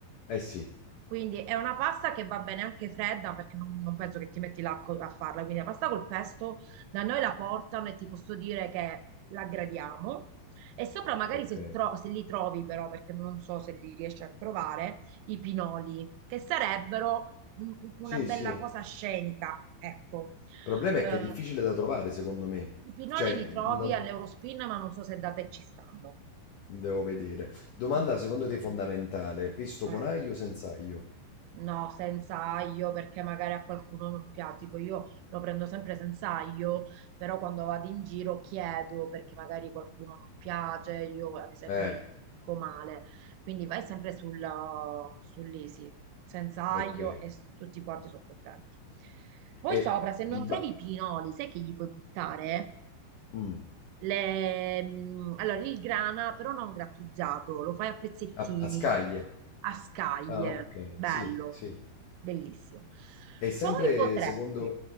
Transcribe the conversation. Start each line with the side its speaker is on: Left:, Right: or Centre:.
Left: eh sì,
Right: Quindi è una pasta che va bene anche fredda perché non, non penso che ti metti là co- a farla. Quindi la pasta col pesto da noi la portano e ti posso dire che la gradiamo. E sopra magari
Left: ok.
Right: se, tro- se li trovi però, perché non so se li riesci a trovare, i pinoli, che sarebbero un- una
Left: Sì,
Right: bella
Left: sì. Il
Right: cosa scenica, ecco.
Left: problema
Right: Eh,
Left: è che è difficile da trovare, secondo me.
Right: i pinoli
Left: Cioè,
Right: li
Left: mhmm,
Right: trovi
Left: non
Right: all'Eurospin, ma non so se da te ci stanno.
Left: devo vedere. Domanda
Right: Mm.
Left: secondo te fondamentale, pesto
Right: Eh.
Left: con aglio o senza aglio?
Right: No, senza aglio perché magari a qualcuno non piace. Tipo io lo prendo sempre senza aglio, però quando vado in giro chiedo perché magari qualcuno non piace, io ad esempio
Left: Eh,
Right: lo dico male. Quindi vai sempre sul, sull'easy, senza aglio
Left: ok.
Right: e s- tutti quanti sono contenti. Poi
Left: E
Right: sopra, se non
Left: di ba-
Right: trovi i pinoli, sai che gli puoi buttare?
Left: Mh,
Right: Le- mm, allora, il grana, però non grattugiato, lo fai a pezzettini,
Left: a a scaglie.
Right: a scaglie,
Left: Ah, okay,
Right: bello,
Left: sì, sì.
Right: bellissimo.
Left: E sempre
Right: Poi potresti,
Left: secondo